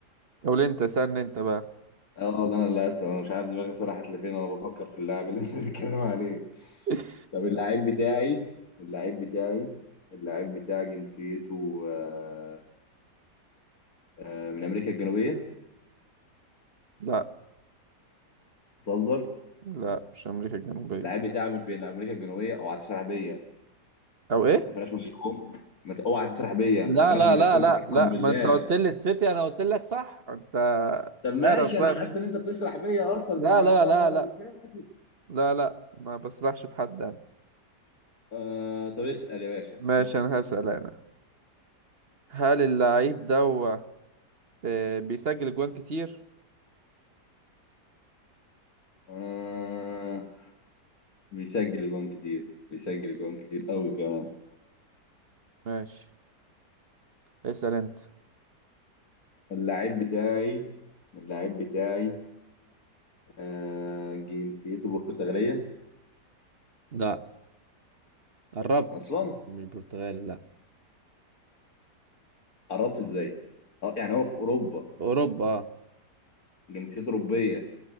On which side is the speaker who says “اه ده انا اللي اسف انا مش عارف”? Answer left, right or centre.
Left